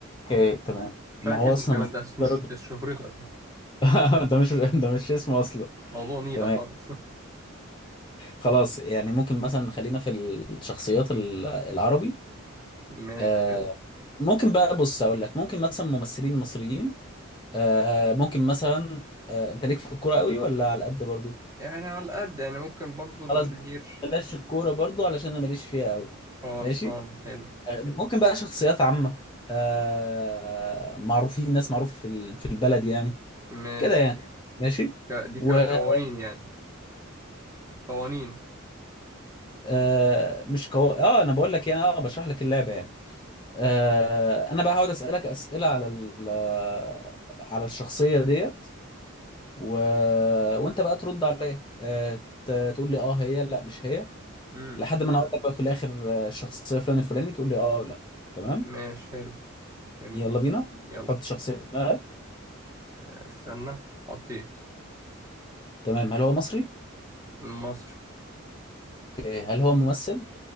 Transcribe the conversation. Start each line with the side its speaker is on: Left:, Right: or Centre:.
Left: اوكي تمام
Right: مش
Left: ما
Right: عارف
Left: هو
Right: اسمه
Left: اصلا
Right: كمان
Left: ممثل
Right: ده مش
Left: ده راجل.
Right: ده شهرته اساسا
Left: <laughs> ده مش ده مش اسمه اصلا
Right: موضوع نيلة
Left: تمام
Right: خالص <laughs>
Left: خلاص يعني ممكن مثلا خلينا في الشخصيات ال- العربي
Right: ماشي
Left: آه ممكن بقى بص اقول لك ممكن مثلا ممثلين مصريين آه ممكن مثلا آه انت ليك في الكوره قوي ولا على قد برضو
Right: يعني على قد يعني ممكن برضو المشاهير
Left: خلاص بلاش الكوره برضو علشان انا ماليش فيها قوي
Right: خلصان
Left: ماشي
Right: حلو
Left: آه ممكن بقى شخصيات عامه آه معروفين ناس معروفه في ال- في البلد يعني
Right: ماشي
Left: كده يعني ماشي
Right: ك... دي
Left: وكايه
Right: كقوانين يعني قوانين
Left: آه مش قو... اه انا بقول لك يعني اه بشرح لك اللعبه يعني آه، انا بقى هقعد اسالك اسئله على ال- آه، على الشخصيه ديت و... وانت بقى ترد عليا آه، ت- تقول لي اه هي لا مش هي
Right: امم
Left: لحد ما انا اقول لك بقى في الاخر آه، الشخصيه فلان الفلاني تقول لي اه أو لا تمام
Right: ماشي حلو جميل
Left: يلا بينا
Right: يلا
Left: حط شخصيه في دماغك
Right: استنى حطيت
Left: تمام هل هو مصري
Right: مصري
Left: اوكي هل هو ممثل